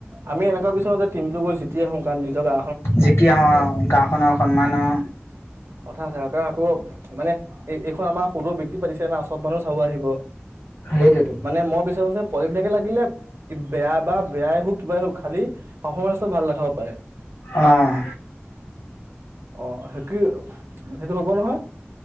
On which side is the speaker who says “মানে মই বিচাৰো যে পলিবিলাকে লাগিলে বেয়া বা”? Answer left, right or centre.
Right